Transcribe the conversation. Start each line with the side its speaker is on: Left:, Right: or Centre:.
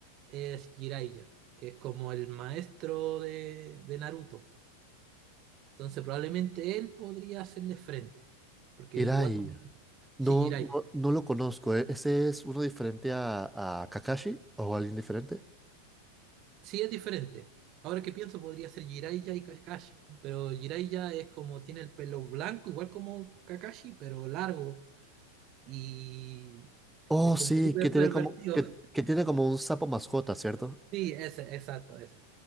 Right: es Jiraiya, que es como el maestro de, de Naruto. Entonces probablemente él podría hacerle frente, porque
Centre: Hirai.
Right: él igual... con-
Centre: No,
Right: Sí, Jiraiya.
Centre: no, no lo conozco. ¿eh? ¿Ese es uno diferente a, a Kakashi o alguien diferente?
Right: Sí es diferente. Ahora que pienso, podría ser Jiraiya y Kakashi, pero Jiraiya es como tiene el pelo blanco, igual como Kakashi, pero largo y
Centre: Oh,
Right: es como
Centre: sí,
Right: súper
Centre: que tiene
Right: pervertido.
Centre: como, que, que tiene como un sapo mascota, ¿cierto?
Right: Sí, ese, exacto, ese.